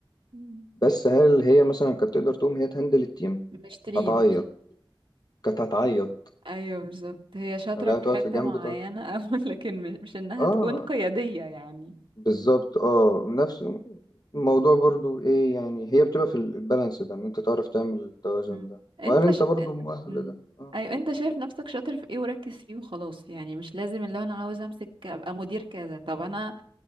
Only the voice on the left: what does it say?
بس هل هي مثلا كانت تقدر تقوم هي تهندل التيم
هتعيط كانت هتعيط
لا
تقعد
في جنب
تقعد
اه
بالظبط اه نفس الموضوع برضو ايه يعني هي بتبقى في ال- البالانس ده ان انت تعرف تعمل التوازن
ده وهل
انت
برضو مؤهل
لده اه